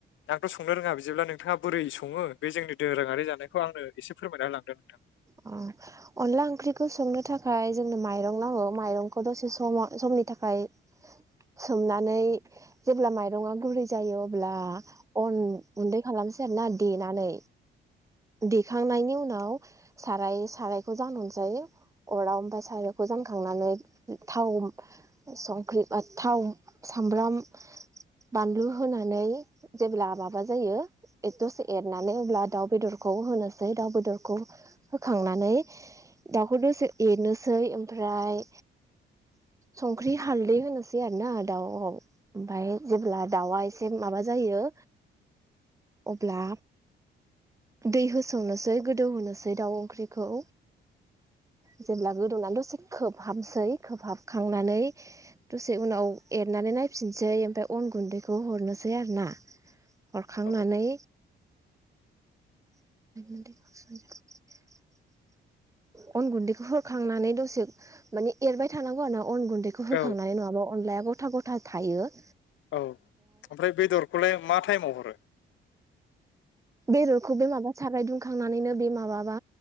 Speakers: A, on the left; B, on the right.
A: आंथ' संनो रोङा बिदिब्ला नोंथाङा बोरै सङो बे जोंनि दोरोङारि जानायखौ आंनो एसे फोरमायना होलांदो नोंथां।
B: अ अनला ओंख्रिखौ संनो थाखाय जोंनो माइरं नांगौ माइरंखौ दसे सम- समनि थाखाय सोमनानै जेब्ला माइरङा गुरै जायो अब्ला अन उन्दै खालामसै आरोना देनानै देखांनायनि उनाव साराय साराय खौ जानहरसै अराव ओमफाय सायखौ जानखांनानै थाव संख्रि बा थाव सामब्राम बानलु होनानै जेब्ला माबा जायो एद दसे एरनानै अब्ला दाउ बेदरखौ होनोसै दाउ बेदरखौ होखांनानै दाउखौ दसे एरनोसै ओमफ्राय संख्रि हालदै होनोसै आरो ना दाउ वाव ओमफाय जेब्ला दाववा एसे माबा जायो अब्ला दै होसावनोसै गोदौहोनोसै दाउ ओंख्रिखौ जेब्ला गोदौनानै दसे खोबहाबसै खोबहाबखांनानै दसे उनाव एरनानै नायफिनसै ओमफाय अन गुन्दैखौ हरनोसै आरोना। हरखांनानै
A: औ
B: <unintelligible> अन गुन्दैखौ होखांनानै दसे माने एरबाय थानांगौ आनाव अन गुन्दैखौ होखांनानै
A: औ
B: नङाबा अनलाया गथ ग'था ग'था थायो
A: औ ओमफ्राय बेदरखौलाय मा टाइमाव हर रो
B: बेदरखौ बे माबा साराय दुंखांनानैनो बे माबाबा